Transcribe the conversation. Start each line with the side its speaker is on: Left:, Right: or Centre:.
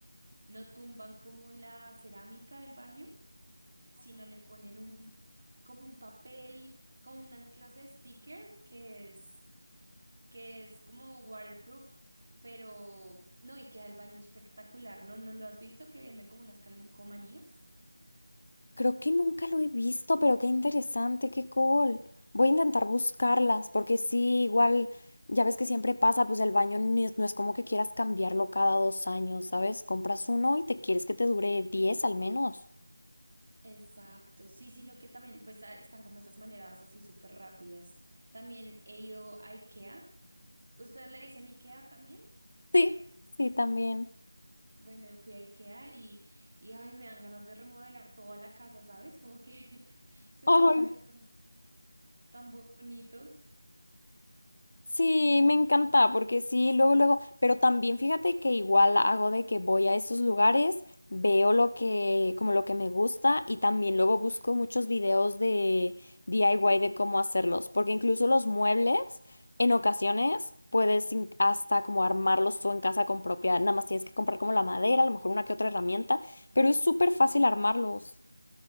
Right: no tumban como la cerámica del baño, sino le ponen un, como un papel, como una clase de sticker que es, que es como waterproof, pero no, y queda el baño espectacular, ¿no? ¿No lo has visto que venden como unas calcomanías?
Left: Creo que nunca lo he visto, pero qué interesante, qué cool. Voy a intentar buscarlas, porque sí, igual, ya ves que siempre pasa, pues el baño ni es- no es como que quieras cambiarlo cada dos años, ¿sabes? Compras uno y te quieres que te dure diez al menos.
Right: Exacto, sí, sino que también pues a- están como esas maneras así súper rápidas. También he ido a IKEA. ¿Ustedes le dicen IKEA también?
Left: Sí, sí, también.
Right: Bueno, fui a IKEA y, y ay, me dan ganas de remodelar toda la casa, ¿sabes? Como que <laughs> son
Left: Ay.
Right: lugares tan, tan bo- bonitos.
Left: Sí, me encanta, porque sí, luego, luego, pero también fíjate que igual hago de que voy a esos lugares, veo lo que, como lo que me gusta y también luego busco muchos videos de DIY de cómo hacerlos, porque incluso los muebles, en ocasiones puedes in- hasta como armarlos tú en casa con propia, nada más tienes que comprar como la madera, a lo mejor una que otra herramienta, pero es súper fácil armarlos.